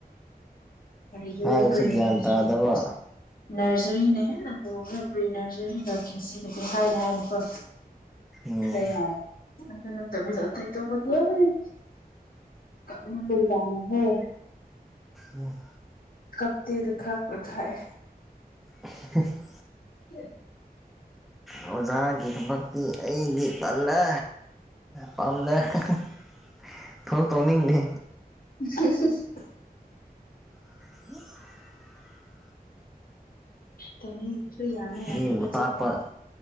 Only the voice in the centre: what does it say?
ꯍꯥꯏꯔꯁꯨ
ꯒ꯭ꯌꯥꯟ
ꯇꯥꯗꯕ
ꯎꯝ
ꯍꯝ
<unintelligible>
ꯑꯣꯖꯥꯒꯤ ꯊꯕꯛꯇꯤ ꯑꯩꯗꯤ ꯇꯜꯂꯦ ꯄꯥꯝꯗꯦ <unintelligible> ꯊꯕꯛ ꯇꯧꯅꯤꯡꯗꯦ
<unintelligible>
ꯃꯤꯕꯨ
ꯇꯥꯛꯄ